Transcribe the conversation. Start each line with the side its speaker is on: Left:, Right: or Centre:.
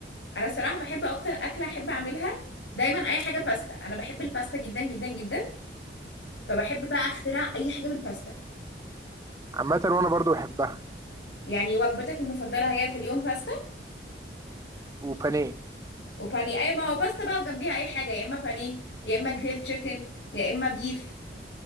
Left: انا صراحه بحب اكتر اكله احب اعملها دايما اي حاجه باستا انا بحب الباستا جدا جدا جدا فبحب بقى اخترع اي حاجه بالباستا
Right: عامة وأنا برضو بحبها
Left: يعني وجبتك المفضله هي في اليوم باستا
Right: وبانيه
Left: وبانيه اي ما هو باستا بقى وجنبيها اي حاجه يا اما بانيه يا اما جريل تشيكن يا اما بيف